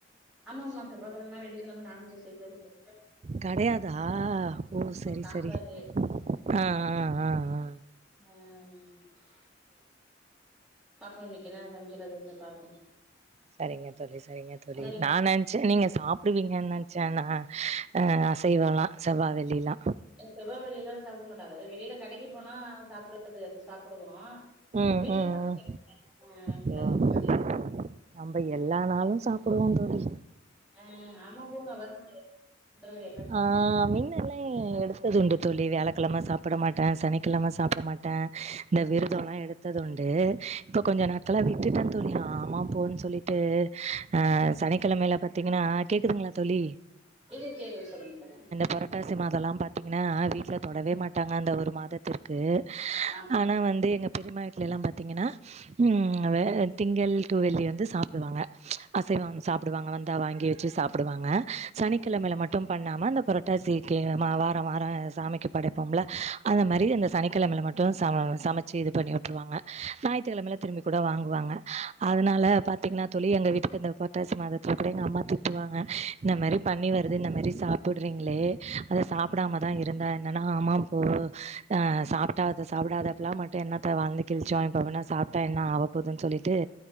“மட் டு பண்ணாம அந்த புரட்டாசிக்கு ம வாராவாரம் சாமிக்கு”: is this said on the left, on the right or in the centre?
Right